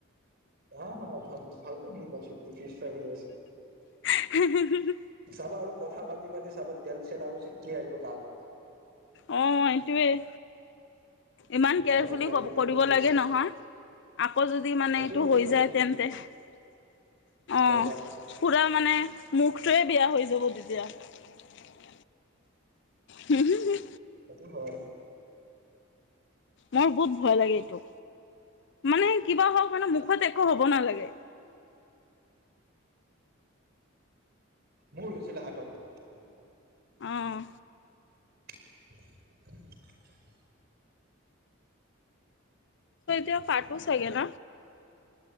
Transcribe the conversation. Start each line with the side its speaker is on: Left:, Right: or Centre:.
Right: হা হা ভালকে শুনি পাইছো। ফিচ ফ্ৰাই হৈ আছে।
Left: <unintelligible>
Right: চাবা আৰু কথা পাতি পাতি চাবা তেল চেল আৰু চিটকি আহিব গাত।
Left: অ সেইটোৱেই। ইমান
Right: আৰু
Left: কেয়াৰফুলি
Right: চাবা তেলটো
Left: ক
Right: কিন্তু
Left: কৰিব
Right: বহুত বেছি
Left: লাগে নহয়। আকৌ যদি মানে
Right: সেইটোৱেটো
Left: এইটো হৈ
Right: কথা
Left: যায়
Right: তুমি
Left: তেন্তে অ
Right: বৰবাদ
Left: পুৰা মানে মুখটোৱে বেয়া হৈ যাব তেতিয়া। হুম হু হুম।
Right: সেটো হয়।
Left: মোৰ বহুত ভয় লাগে এইটো। মানে কিবা হ কাৰণে মু খত একো হ'ব নালাগে।
Right: মোৰ হৈছিলে হাতত।
Left: অঁ।
Right: <inaudible>
Left: চ এতিয়া পাঠো চাগে ন?